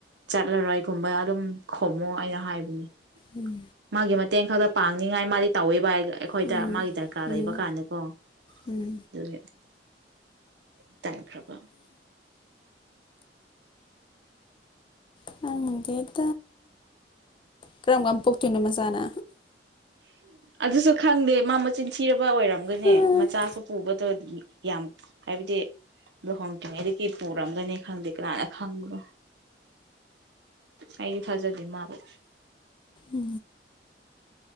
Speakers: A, on the right; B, on the left.
A: ꯆꯠꯂꯔꯣꯏꯒꯨꯝꯕ ꯑꯗꯨꯝ ꯈꯣꯝꯃꯣ ꯑꯩꯅ ꯍꯥꯏꯕꯅꯦ
B: ꯎꯝ
A: ꯃꯥꯒꯤ ꯃꯇꯦꯡ ꯈꯛꯇ ꯄꯥꯡꯅꯤꯡꯉꯥꯏ ꯃꯥꯗꯤ ꯇꯧꯋꯦꯕ ꯍꯥꯏ ꯑꯩꯈꯣꯏꯗ
B: ꯎꯝ
A: ꯃꯥꯒꯤ ꯗꯔꯀꯥꯔ
B: ꯎꯝ
A: ꯂꯩꯕ ꯀꯥꯟꯗꯀꯣ
B: ꯎꯝ
A: ꯑꯗꯨꯒꯤ ꯑꯩꯗꯤ ꯇꯥꯟꯈ꯭ꯔꯕ
B: ꯈꯪꯗꯦꯗ ꯀꯔꯝ ꯀꯥꯟ ꯄꯣꯛꯇꯣꯏꯅꯣ ꯃꯆꯥꯥꯅ
A: ꯑꯗꯨꯁꯨ ꯈꯪꯗꯦ ꯃꯥ ꯃꯆꯤꯟ ꯊꯤꯔꯕ ꯑꯣꯏꯔꯝꯒꯅꯤ
B: ꯎꯝ
A: ꯃꯆꯥꯁꯨ ꯄꯨꯕꯗꯣ ꯌꯥꯝ ꯍꯥꯏꯕꯗꯤ ꯂꯨꯍꯣꯡꯗ꯭ꯔꯤꯉꯩꯗꯒꯤ ꯄꯨꯔꯝꯒꯅꯤ ꯈꯪꯗꯦ ꯀꯅꯥꯅ ꯈꯪꯕ꯭ꯔꯣ ꯑꯩꯗꯤ ꯊꯥꯖꯗꯦ ꯃꯥꯕꯨ
B: ꯎ